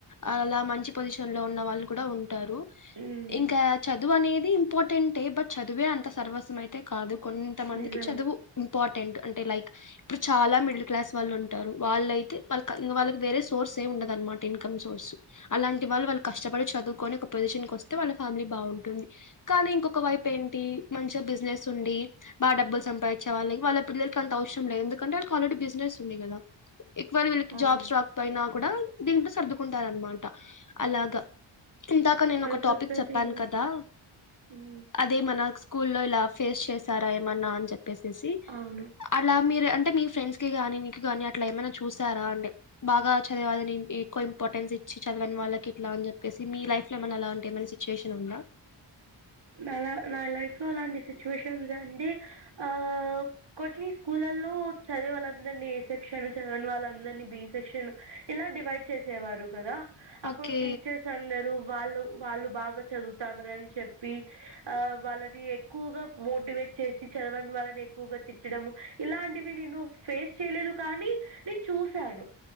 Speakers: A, on the left (about 40°); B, on the right (about 60°).
A: అలా మంచి పొజిషన్ లో ఉన్న వాళ్ళు కూడా ఉ ఉంటారు
B: హ్మ్.
A: ఇంకా చదువు అనేది ది ఇంపార్టెంటే బట్ చదివే అంత సర్వస్వం అయితే కాదు కొంత మందికి
B: నిజమే.
A: చదువు ఇంపార్టెంట్ అంటే లైక్ ఇప్పుడు చాలా మిడిల్ క్లాస్ వాళ్ళు ఉంటారు వాళ్ళయితే వాళ్ళ వాళ్ళకి వేరే సోర్స్ ఏ ఉండదనమాట ఇన్కమ్ సోర్స్ అలాంటి వాళ్ళు వాళ్ళకి కష్టపడి చదువుకొని ఒక పొజిషన్ కి వస్తే వాళ్ళ ఫ్యామిలీ బాగుంటుంది కానీ ఇంకొక వైపు ఏంటి మంచిగా బిజినెస్ ఉండి బా డబ్బులు సంపాదించే వాళ్ళ వాళ్ళ పిల్లలకి అంత అవసరం లేదు ఎందుకంటే వాళ్ళకి ఆల్రెడీ బిజినెస్ ఉంది కదా ఒకవేళ వీళ్ళకి
B: అవును.
A: జాబ్స్ రాకపోయినా కూడా దీంట్లో సర్దుకుంటారు అనమాట అలాగా ఇందాక నేను
B: మన
A: ఒక టాపిక్
B: సొసైటీలో
A: చెప్పాను కదా
B: హ్మ్.
A: అదే మన స్కూలో ఇలా ఫేస్ చేసారా ఏమన్నా అని చెప్పి పేసేసి
B: అవును.
A: అలా మీరు అంటే మీ ఫ్రెండ్స్ కి కానీ మీకు ని అట్లా ఏమైనా చూసారా అంటే బాగా చదివాలని ఎక్కువ ఇంపార్టెన్స్ ఇచ్చి చదవని వాళ్ళకి ఇట్లా అని చెప్పేసి మీ లైఫ్ లో ఏమై అ ఏమైనా సిచ్యువేషన్ ఉందా
B: నాలా నా లైఫ్ లో అలాంటి సిచ్యువేషన్స్ అండి ఆ కొన్ని స్కూల్ లల్లో చదివే వాళ్ళందరిని ఏ సెక్షన్ చదనని వాళ్ళందరిని బి సెక్షన్ ఇలా డివైడ్ చేసేవారు కదా అప్పుడు
A: ఓకే
B: టీచర్స్ అందరూ వాళ్ళు వాళ్ళు బాగా చదువుతవారని చెప్ప చెప్పి ఆ వాళ్ళని ఎక్కువగా మోటివేట్ చేసి చదవని వాళ్ళని ఎక్కువగా తిట్టడం ఇలాంటివి నేను ఫేస్ చేయలేదు కానీ నేను చూశాను